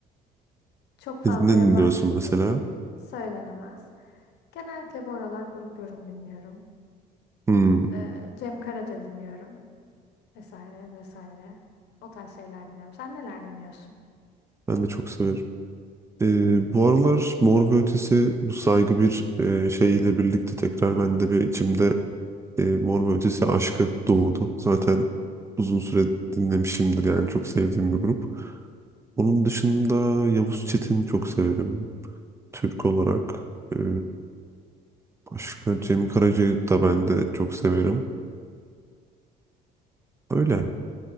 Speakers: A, on the left; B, on the right.
A: Çok fazla
B: Ne, ne
A: yabancı
B: dinliyorsun
A: dinlediğim
B: mesela?
A: söylenemez. Genellikle bu aralar grup yorum dinliyorum.
B: Hmm,
A: Ee, Cem Karaca dinliyorum vesaire vesaire. O tarz şeyler dinliyorum. Sen neler dinliyorsun?
B: ben de çok severim. Ee, bu aralar Mor ve Ötesi bu saygı bir e, şeyle birlikte tekrar bende bir içimde e, Mor ve Ötesi aşkı doğdu. Zaten uzun süre dinlemişimdir yani çok sevdiğim bir grup. Onun dışında Yavuz Çetin çok severim Türk olarak. Ee, başka Cem Karaca'yı da ben de çok severim. Öyle.